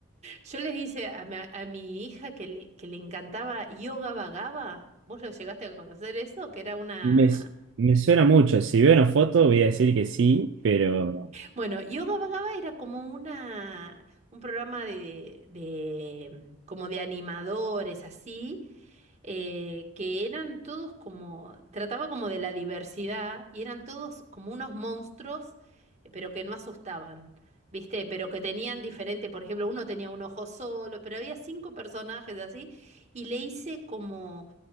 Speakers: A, on the right; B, on the right.
A: Yo les hice a mi, a mi hija que le, que le encantaba Yoga Vagaba. ¿Vos lo llegaste a conocer eso? Que era una,
B: Me, me suena mucho. Si veo una foto voy a decir que sí, pero
A: Bueno, Yoga Vagaba era como una, un programa de, de, mm, como de animadores, así, eh, que eran todos como, trataba como de la diversidad y eran todos como unos monstruos, pero que no asustaban, ¿viste? Pero que tenían diferente, por ejemplo, uno tenía un ojo solo, pero había cinco personajes así y le hice como